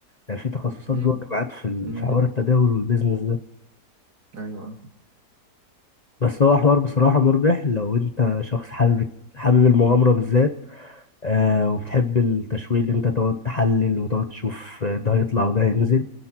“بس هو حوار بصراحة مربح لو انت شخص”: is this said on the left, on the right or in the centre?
Left